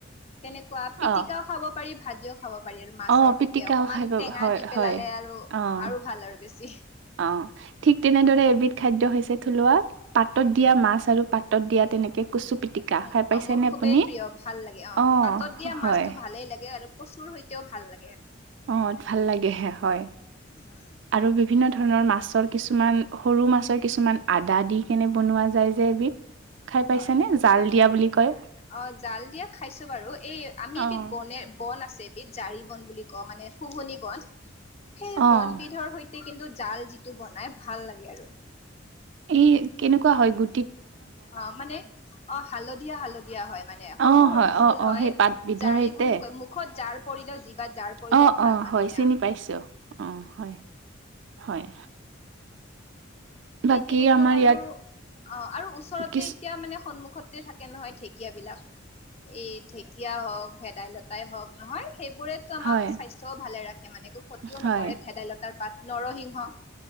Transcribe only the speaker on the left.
তেনেকুৱা পিটিকাও
খাব পাৰি, ভাজিও খাব পাৰি আৰু মাছৰ
সৈতে অকমান
টেঙা
দি
পেলালে আৰু
আৰু ভাল আৰু বেছি।
এ
অ মোৰ খুবেই
প্ৰিয় ভাল লাগে অহ।
পাতত দিয়া
মাছটো ভালেই লাগে আৰু কচুৰ সৈতেও ভাল লাগে।
উম
হয়
অ, জাল দিয়া খাইছো বাৰু। এই আমি
এবিধ বন নে বন আছে এবিধ। জাৰি বন বুলি কওঁ মানে শুহনি বন। সেই বনবিধৰ
সৈ তে কিন্তু জাল যিটো বনাই ভাল লাগে আৰু।
অ, মানে অ, হালধীয়া হালধীয়া হয়। মানে সৰু
সৰু
ফুল
হয়।
জাৰি
বুলিম কয়। মুখত জাৰ পৰিলেও জিভাত জাৰ পৰিলেও
ভাল
মানে
সেয়া
সেই
তেনেকুৱা
আৰু
অ আৰু ওচৰতে
এতিয়া মানে সন্মুখত তে থাকে নহয়, ঢেকীয়া বিলাক। এই ঢেকীয়া হওঁক ভেদাইলত তাই হওঁক নহয়। সেইবোৰেতো আমাক
স্বাস্থ্যও ভালে ৰাখে মানে একো ক্ষতিও
নকৰে ভেদাইলতাৰ পাত। নৰসিংহ।